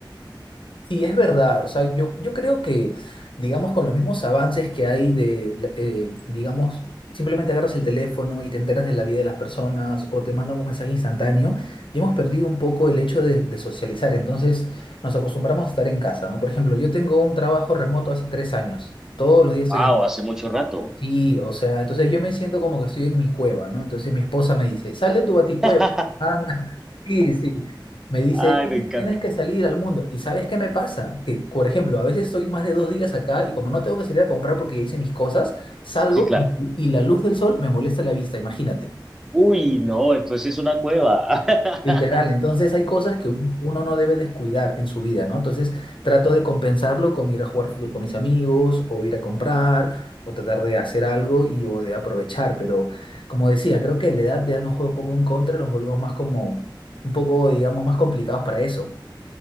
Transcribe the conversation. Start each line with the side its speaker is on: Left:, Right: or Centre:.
Left: Sí, es verdad. O sea, yo, yo creo que, digamos, con los mismos avances que hay de, la- eh, digamos, simplemente agarras el teléfono y te enteras de la vida de las personas o te mandan un mensaje instantáneo, ya hemos perdido un poco el hecho de, de socializar. Entonces, nos acostumbramos a estar en casa, ¿no? Por ejemplo, yo tengo un trabajo remoto hace tres años. Todos los días estoy
Centre: ¡Wow! Hace mucho rato.
Left: Sí, o sea, entonces yo me siento como que estoy en mi cueva, ¿no? Entonces mi esposa me dice, sal de tu baticueva,
Centre: <laughs>
Left: anda. <laughs> Sí, sí. Me dice,
Centre: Ay,
Left: tienes
Centre: me encanta.
Left: tienes que salir al mundo. ¿Y sabes qué me pasa? Que, por ejemplo, a veces estoy más de dos días acá y como no tengo que salir a comprar porque ya hice mis cosas, salgo
Centre: Sí, claro.
Left: y, y la luz del sol me molesta la vista, imagínate.
Centre: Uy, no, entonces es una cueva. <laughs>
Left: Literal, entonces hay cosas que uno uno no debe descuidar en su vida, ¿no? Entonces trato de compensarlo con ir a jugar fútbol con mis amigos o ir a comprar o tratar de hacer algo y o de aprovechar, pero como decía, creo que la edad ya nos juega un poco en contra, nos volvemos más como un poco, digamos, más complicados para eso.